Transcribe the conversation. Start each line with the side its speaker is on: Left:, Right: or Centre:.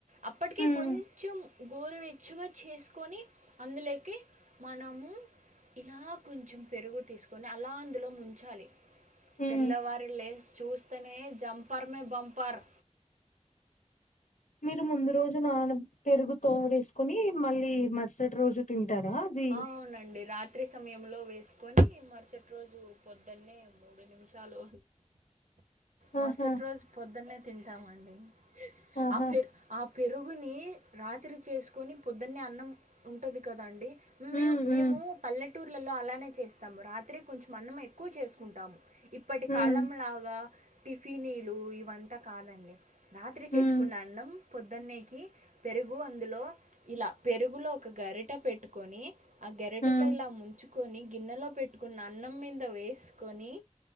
Right: అప్పటికే
Left: ఉమ్
Right: కొంచెం గోరువే. చ్చుగా చేసుకొని అందులెకి మనము. ఇలా కొంచెం పెరుగు తీసుకొని అలా అందులో ముంచాలి.
Left: ఉమ్
Right: తెల్లవారి లేసి చూస్తేనే జంపర్ మే బంపర్.
Left: మీరు ముందు రోజు నాన పెరుగు తోడేసుకుని మళ్ళీ మరుసటి రోజు తింటారా. అది
Right: ఆ అవునండి రాత్రి సమయంలో వేసుకొని మరుసటి రోజు పొద్దున్నే. నిమిషాలు. మరుసటి
Left: ఆహా
Right: రోజు పొద్దునే తింటామండి
Left: ఆహా
Right: ఆ పేరు. ఆ పెరుగుని రాత్రి చేసుకొని పొద్దున్నే అన్నం ఉంటది కదాండి. మేము
Left: ఉమ్
Right: మేము
Left: ఉమ్
Right: పల్లెటూర్లలో అలానే చేస్తాము రాత్రి కొంచెం అన్నం ఎక్కువ చేసుకుంటాము. ఇప్పటి కాలం
Left: ఉమ్
Right: లాగా టిఫినీలు ఇవంతా కాదండి. రాత్రి శేశుకున్న
Left: ఉమ్
Right: అన్నం పొద్దున్నేకి. పెరుగు అందులో ఇలా పెరుగులో ఒక గరిట పెట్టుకొని. ఆ గెరెటతో
Left: ఉమ్
Right: ఇలా ముంచుకొని గిన్నెలో పెట్టుకున్న అన్నం మింద వేసుకొని.